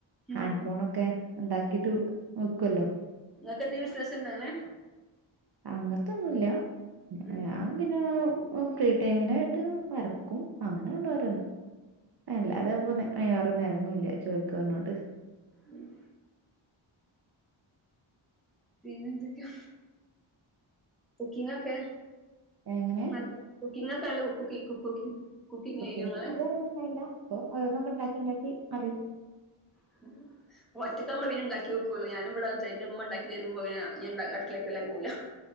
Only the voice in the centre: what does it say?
ഉം
ഇങ്ങക്കെന്തേം വിശ്വാസണ്ടങ്ങനെ
ഉം
ഉം പിന്നെന്തൊക്യാ കുക്കിങൊക്കെ
നൽ കുക്കിങ്ങൊക്കെ നല്ല കുക്കി <unintelligible>
ചെയ്യോ ഇങ്ങള്
<unintelligible> ഒറ്റക്കാമ്പൊ പിന്നെ ണ്ടാക്യോക്കൊള്ളു ഞാൻ ഇവടെ അങ്ങൻത്തെന്നെ ഇന്റെമ്മ ണ്ടാക്കി തെരുമ്പോ പിന്നെ ഞാൻ അടുക്കളലേക്ക് വെല്ലാതെ പോവൂല